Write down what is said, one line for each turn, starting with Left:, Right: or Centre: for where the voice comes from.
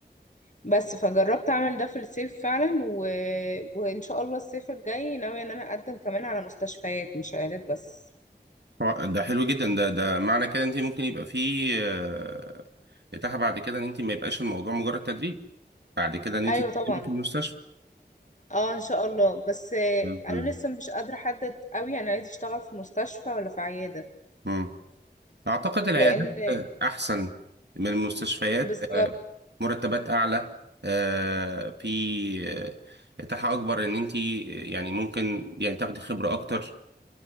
Left: بس فجربت اعمل ده في الصيف فعلا و... وان شاء الله الصيف الجاي ناويه ان انا اقدم كمان على مستشفيات مش عيادات بس
Right: هو ده حلو جدا ده ده معنى كده انت ممكن يبقى فيه آه، اتاحة بعد كده ان انت ما يبقاش الموضوع مجرد تدريب بعد كده ان انت
Left: ايوه
Right: تقدمي
Left: طبعا
Right: في المستشفى
Left: اه ان شاء الله بس آه،
Right: مم.
Left: انا لسه مش قادره احدد قوي انا عايزه اشتغل في مستشفى ولا في عياده
Right: مم. اعتقد العيادات
Left: لان
Right: احسن من المستشفيات
Left: بالظبط
Right: آه، مرتبات اعلى آه، في آه، اتاحة اكبر ان انت آه، يعني ممكن يعني تاخدي خبرة اكتر